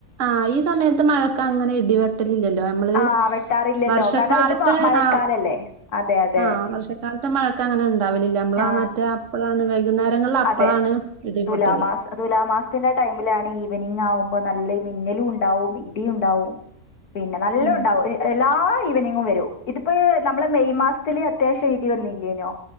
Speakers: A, on the right; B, on the left.
A: ആ ഈ സമയത്ത് മഴക്കെ അങ്ങനെ ഇടിവെട് ഇല്ലല്ലോ നമ്മള്
B: ആ വെട്ടാറില്ലല്ലോ
A: വർഷക്കാലത്തെ
B: കാരണം ഇത് മഴക്കാലല്ലേ
A: ആ
B: അതെ അതെ
A: ആ വർഷക്കാലത്തെ മഴക്കങ്ങനെ ഇണ്ടാ ഇല്ല നമ്മള്
B: ആ
A: മറ്റേ അപ്പളാണ് ക കുന്നേരങ്ങളില് അപ്പളാണ്
B: അതെ
A: ഇടിപൊട്ടല്
B: തുലാമാസ തുലാമാസത്തിന്റെ ടൈമിലാണ് ഈവനിങ് ആവുമ്പ നല്ല മിന്നലും ഇണ്ടാവും ഇടി ഉണ്ടാവും പിന്നെ നല്ല
A: ആഹ്
B: ഉണ്ടാവും എല്ലാ വനിങ്ങും വരോ ഇത്പ്പഹ് നമ്മളെ മെയ് മാസത്തില് അത്യാവശ്യം ഇടി വന്നില്ലേനോ